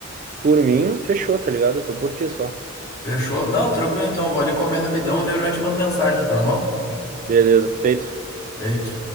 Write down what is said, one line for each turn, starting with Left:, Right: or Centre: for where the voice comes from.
Right: por mim, fechou, tá ligado? Eu tô por ti só.
Left: Fechou? Não, tranquilo então, eu vou ali comer rapidão, daí eu já te mando mensagem, tá na mão?
Right: Beleza, feito.
Left: Feito.